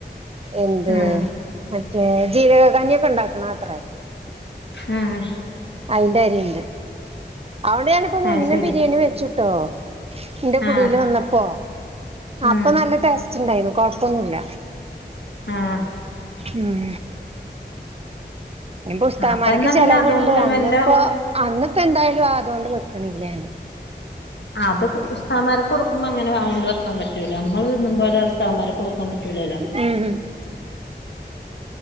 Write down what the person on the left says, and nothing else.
ഉം
ഉം
അത് ശരി
ആഹ്
ഉം
ആഹ്
അപ്പൊ എന്നാ
പിന്നെ അതുകൊണ്ട്
വല്ല
അത് കു ഉസ്താമാര്ക്ക് കൊടുക്കുമ്പോ എങ്ങനെ അഹോണ്ട് വെക്കാൻ പറ്റൂല നമ്മള് തിന്നും പോലെ ഉസ്താദ്മാര്ക്ക് കൊട്ക്കാൻ പറ്റൂലല്ലോ